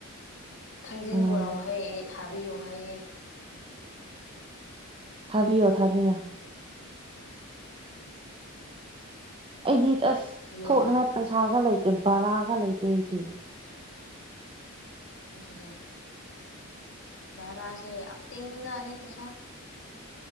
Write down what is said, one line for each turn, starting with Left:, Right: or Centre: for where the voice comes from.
Left: ꯊꯥꯡꯖꯤꯡ
Right: ꯎꯝ
Left: ꯄꯨꯔꯛꯎ ꯍꯥꯢꯌꯦ ꯊꯥꯕꯤꯌꯣ ꯍꯥꯏꯑꯦ
Right: ꯊꯥꯕꯤꯌꯣ ꯊꯥꯕꯤꯌꯣ
Left: ꯎꯝ
Right: ꯑꯩꯗꯤ ꯑꯁ
Left: ꯌꯣꯟꯅꯕ
Right: ꯊꯣꯛꯅꯤꯉꯥꯏ ꯄꯩꯁꯥꯒ ꯂꯩꯇꯦ ꯕꯔꯥꯒ ꯂꯩꯇꯦ ꯑꯩꯗꯤ
Left: ꯑꯗꯨꯅꯦ ꯕꯔꯥꯁꯦ ꯌꯥꯝ ꯇꯤꯡꯖꯅꯦ ꯄꯩꯁꯥ